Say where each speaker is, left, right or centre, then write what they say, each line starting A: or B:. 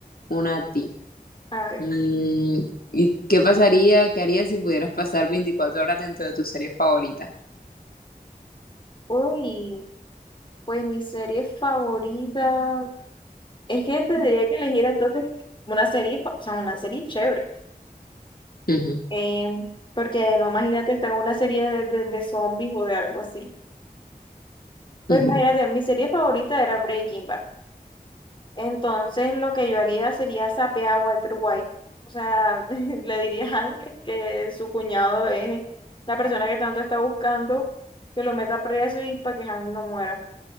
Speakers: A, on the left; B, on the left.
A: una a ti.
B: A ver.
A: Mm, ¿y qué pasaría, qué harías si pudieras pasar 24 horas dentro de tu serie favorita?
B: Uy, pues mi serie favorita. Es que tendría que elegir entonces una serie, fa- o sea, una serie chévere.
A: Ujú,
B: Em, porque no, imagínate estar en una serie de de- de zombies o de algo así. Pues
A: ujú.
B: imagínate, mi serie favorita era Breaking Bad. Entonces, lo que yo haría sería sapear a Walter White. O sea, <laughs> le diría a Hank que su cuñado es la persona que tanto está buscando, que lo meta preso y para que Hank no muera.